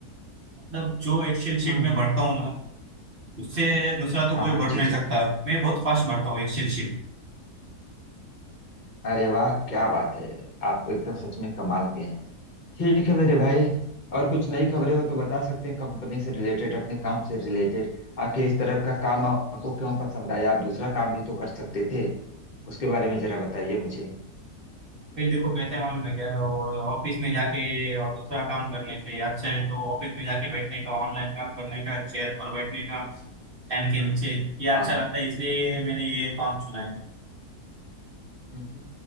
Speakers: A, on the right; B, on the left.
A: मतलब जो एक्सेल
B: हम्म
A: शीट में
B: हम्म
A: भरता हूँ ना उससे दूसरा तो
B: हाँ
A: कोई
B: हाँ
A: भर
B: जी
A: नहीं सकता
B: जी
A: मैं बहुत फास्ट भरता हूँ एक्सेल शीट
B: अरे वाह क्या बात है आप तो एकदम सच में कमाल के हैं ठीक है मेरे भाई और कुछ नई खबरें हो तो बता सकते हैं कंपनी से रिलेटेड अपने काम से रिलेटेड आखिर इस तरह का काम आपको क्यों पसंद आया आप दूसरा काम भी तो कर सकते थे उसके बारे में जरा बताइए मुझे
A: भाई देखो कैसा है मालूम है क्या और ऑफिस में जाके और दूसरा काम करने से अच्छा है तो ऑफिस में जाके बैठने का ऑनलाइन काम करने का चेयर पर बैठने का फैन के नीचे ये
B: हाँ
A: अच्छा
B: हाँ
A: लगता है इसलिए मैंने ये काम चुना है
B: हम्म, हम्म।